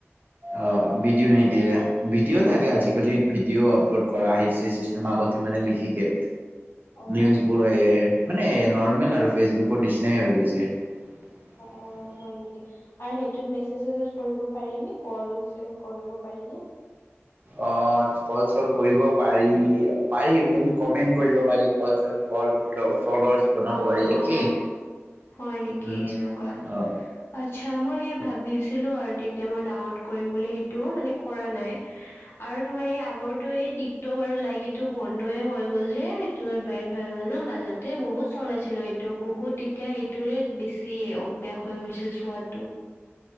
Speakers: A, on the right (about 40°); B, on the left (about 60°).
A: অ ভিডিঅ' নিদিয়ে, ভিডিঅ'
B: অ'।
A: থাকে আজিকালি ভিডিঅ' আপলড কৰা আহিছে চিষ্টেম আগতে মানে লিখিকে,
B: অ',
A: নিউজবোৰ আহে মানে নৰ্মেল আৰু ফেচবুকৰ নিচিনাই হৈ গৈছে। <inaudible>
B: অ', হয় নেকি আৰু সেইটোত মেচেজ - চেচেজ কৰিব পাৰি নে? কল চেল কৰিব পাৰি নে?
A: অ কল চেল কৰিব পাৰি পাৰি তুমি কমেন্ট কৰিব পাৰি। ফ <unintelligible> বনাব
B: অ',
A: পাৰি একে।
B: অ', হয় নেকি
A: উম।
B: এনেকুৱা।
A: অ'
B: আচ্ছা, মই সেই ভাবিছিলো আৰু তেতিয়া মই ডাউনলড কৰিম বুলি সেইটো মানে কৰা নাই। আৰু তোমাৰ এই আগৰটো এই টিকটক আৰু লাইকিটো বন্ধয়ে হৈ গ'ল যে। তোমাৰ বেণ্ড হৈ গ'ল ন মাজতে বহুত চলাইছিলো সেইটো বহুত এতিয়া সেইটোৰে বেছি অভ্যাস হৈ গৈছিল চোৱাটো।